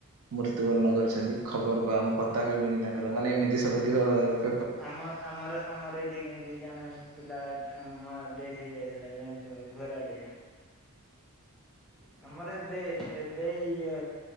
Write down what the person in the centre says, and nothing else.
ଆମର ଆମର ଆମର ଏଇଠି କେମତି ଜଣେ ପିଲା ଡେଥ ହେଇଯାଇଥିଲା ଜାଣିିବ ଘର ଆଡିଆ। ଆମର ଏବେ ଏବେ ଇ ଏ